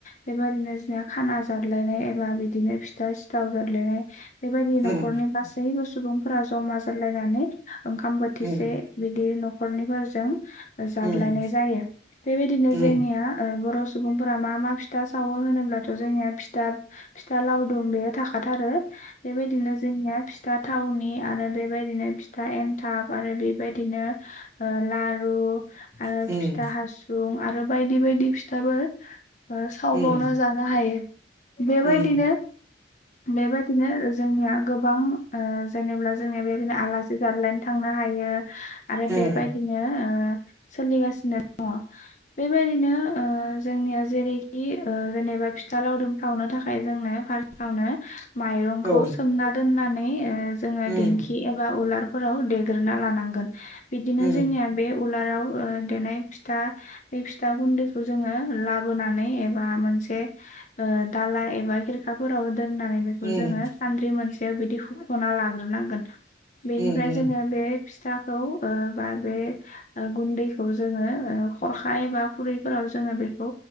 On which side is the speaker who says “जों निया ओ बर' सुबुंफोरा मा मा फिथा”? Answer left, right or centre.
Left